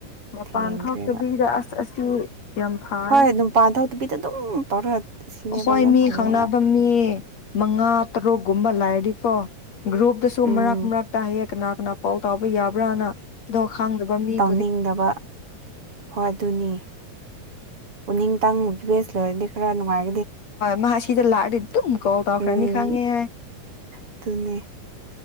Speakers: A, on the left; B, on the right.
A: ꯃꯄꯥꯟ
B: ꯊꯦꯡꯈ꯭ꯔꯦꯕ
A: ꯊꯣꯛꯇꯕꯤꯗ ꯑꯁ ꯑꯁ <unintelligible> ꯌꯥꯝ ꯐꯥꯔ
B: ꯍꯣꯏ ꯑꯗꯨꯝ ꯄꯥꯟꯊꯣꯛꯇꯕꯤꯗ ꯑꯗꯨꯝ ꯇꯧꯔ ꯁꯤꯅꯦꯕ
A: ꯍꯣꯏ
B: ꯌꯥꯝ
A: ꯃꯤ
B: ꯐꯩꯌꯦꯕ
A: ꯈꯪꯅꯕ ꯃꯤ ꯃꯉꯥ ꯇꯔꯨꯛꯒꯨꯝꯕ ꯂꯥꯏꯗꯤ ꯀꯣ ꯭ꯒꯔꯨꯨꯞꯇꯁꯨ
B: ꯎꯝ
A: ꯃꯔꯛ ꯃꯔꯛ ꯇ ꯍꯥꯌꯦꯞ ꯀꯅꯥ ꯀꯅꯥ ꯀꯣꯜ ꯇꯥꯎꯕ ꯌꯥꯕ꯭ꯔꯥꯅ ꯗꯣ ꯈꯥꯡꯗꯕ ꯃꯤ
B: ꯎꯅꯤꯡꯗꯕ ꯍꯣꯏ ꯑꯗꯨꯅꯤ ꯄꯨꯅꯤꯡ ꯇꯪ ꯕꯦꯁ ꯂꯣꯏꯔꯗꯤ ꯈꯔꯥ ꯅꯨꯡꯉꯥꯏ
A: ꯃꯥ ꯑꯁꯤꯗ ꯂꯥꯔꯑꯗꯤ ꯗꯨꯝ ꯀꯣꯜ ꯇꯧꯈꯔꯅꯤ
B: ꯎꯝ
A: ꯈꯪꯉꯦ
B: ꯑꯗꯨꯅꯦ